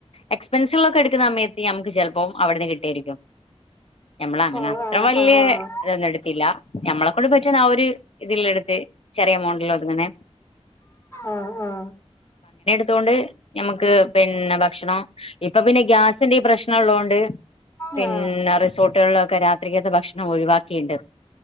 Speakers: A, on the left; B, on the left.
A: എക്സ്പെൻസീവ ഒക്കെ എടുക്കുന്ന സമയത്ത് നമുക്ക് ചിലപ്പോ അവിടുന്ന് കിട്ടിയരിക്കും ഞമ്മള അങ്ങനെ
B: ഓഹ്
A: അത്ര
B: ആഹ്
A: വലിയ
B: ആഹ്
A: ഇതൊന്നും എടുത്തില്ല ഞമ്മളെ കൊണ്ട് പറ്റുന്ന ആ ഒരു ഇതില് എടുത്ത് ചെറിയ എമൗണ്ടിൽ ഒതുങ്ങണ
B: ആ ആ
A: ത്തണ്ട് നമുക്ക് പിന്നെ ഭക്ഷണം ഇപ്പൊ പിന്നെ ഗ്യാസിന്റെ പ്രശ്നം ഉള്ളോണ്ട് പിന്നെ
B: ആഹ് ആഹ് ആഹ്
A: റിസോർട്ടുകളിലൊക്കെ രാത്രികത് ഭക്ഷണം ഒഴിവാക്കിണ്ട്